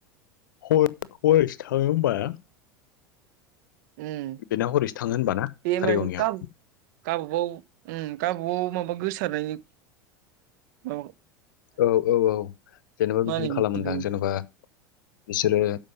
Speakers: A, on the left; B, on the right.
A: हयसो थाङो होमबा
B: उम
A: बेनाव हरैसो थाङो होनबाना
B: बे माने
A: कारिगावनिया
B: गाब गावबागाव उम गावबागाव माबा गोसारनायनि औ
A: औ औ औ जेनेबा बिदिनो
B: होनो
A: खालामोदां
B: बिदिखौ
A: जेनेबा-' बिसोरो